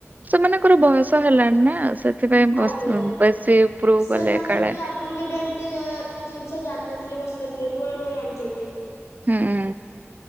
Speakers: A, on the right; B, on the left.
A: ସେମାନଙ୍କର ବୟସ ହେଲାଣି ନା ସେଥିପାଇଁ ବସ୍
B: ଆଜ୍ଞା
A: ବେଶୀ ଉପରୁ
B: ସେମାନେ
A: ଗଲେ କାଳେ
B: ବି ଆଗରୁ କେବେ ଏମିତି ଯେ ଜିନିଷ ଜାଣିନଥିଲି ବସି ନଥିଲି ନୂଆ ନୂଆ ଜାଣିଛନ୍ତି।
A: ହୁଁ।